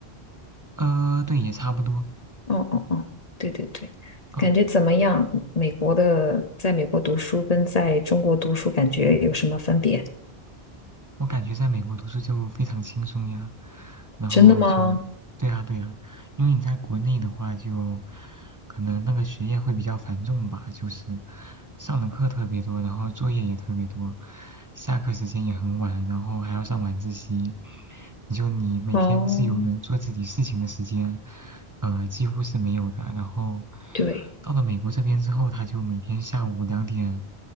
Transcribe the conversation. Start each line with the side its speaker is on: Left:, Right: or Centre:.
Right: 呃，对，也差不多。
Left: 哦哦哦，对对对，
Right: 嗯。
Left: 感觉怎么样？美国的，在美国读书跟在中国读书感觉有什么分别？
Right: 我感觉在美国读书就非常轻松呀，然后就，
Left: 真的吗？
Right: 对呀，对呀，因为你在国内的话就，可能那个学业会比较繁重吧，就是上的课特别多，然后作业也特别多，下课时间也很晚，然后还要上晚自习，你就你每天自由能做自己事情的时间，
Left: 哦，
Right: 呃，几乎是没有的。然后
Left: 对，
Right: 到了美国这边之后，他就每天下午两点，